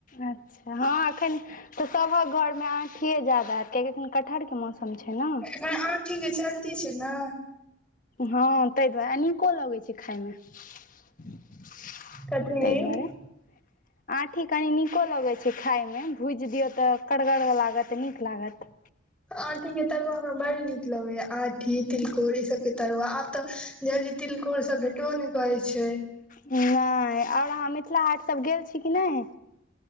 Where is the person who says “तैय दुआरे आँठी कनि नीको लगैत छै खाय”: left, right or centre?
Left